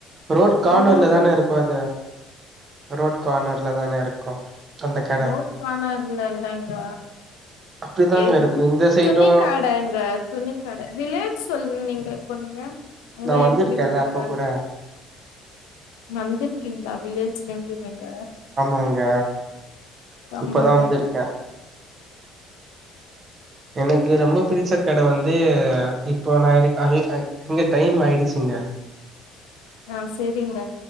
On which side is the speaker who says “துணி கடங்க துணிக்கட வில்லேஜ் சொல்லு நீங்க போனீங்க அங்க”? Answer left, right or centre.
Left